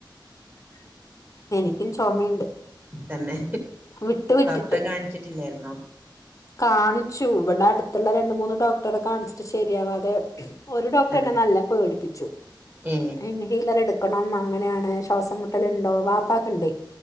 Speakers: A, on the left; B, on the right.
A: എനിക്കും ചുമയുണ്ട്.
B: തന്നെ,
A: വിട്ട് വിട്ടിട്ട്
B: ഡോക്ടറെ കാണിച്ചിട്ടില്ലായിര്ന്നോ
A: കാണിച്ചു ഇവിടെ അടുത്തുള്ള രണ്ട്, മൂന്ന് ഡോക്ടറെ കാണിച്ചിട്ട് ശരിയാവാതെ ഒരു ഡോക്ടറെന്നെ
B: തന്നെ
A: നല്ലോം പേടിപ്പിച്ചു
B: ഏ
A: ഇൻ ഹീലർ എടുക്കണം അങ്ങനെയാണ് ശ്വാസം മുട്ടലുണ്ടോ വാപ്പക്ക ഇണ്ട്.